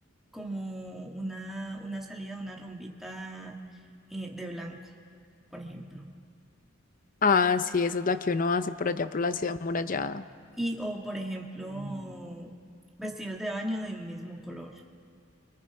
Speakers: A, in the centre; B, on the left.
A: como una, una salida, una rumbita eh, de blanco, por ejemplo.
B: Ah, sí, esa es la que uno hace por allá por la ciudad amurallada.
A: Y, o por ejemplo, Mm. vestidos de baño de un mismo color.